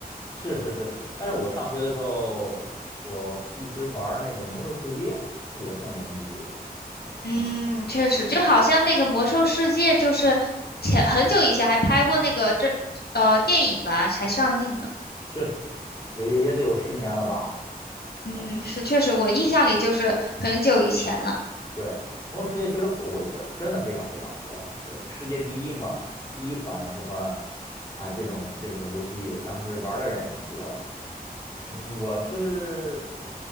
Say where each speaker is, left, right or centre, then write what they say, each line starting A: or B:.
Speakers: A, on the left (about 20°); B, on the left (about 80°).
A: 是是是。但是我上学的时候，我一直玩儿那个《魔兽世界》，那也算联机的吧，是吧？
B: 嗯，确实，
A: 对。
B: 就好像那个《魔兽世界》，就是前很久以前还拍过那个这呃电影吧，才上映呢。
A: 是，也也得有十年了吧？
B: 嗯，是确实，我印象里就是很久以前了。
A: 对，魔兽世界确实火过一阵儿，真的非常非常火。当时世界第一嘛，第一款什么啊这种这种游戏，当时玩儿的人也挺多的。嗯，我是